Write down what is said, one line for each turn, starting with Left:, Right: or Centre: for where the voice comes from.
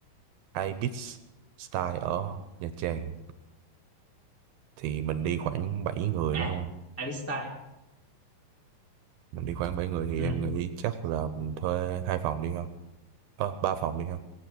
Right: Ibis Style ở Nha Trang thì mình đi khoảng 7 người
Left: à
Right: đúng không?
Left: Ibis Style
Right: Mình đi khoảng bảy người thì
Left: ừ
Right: em nghĩ chắc là mình thuê hai phòng đi không? Ờ, ba phòng đi không?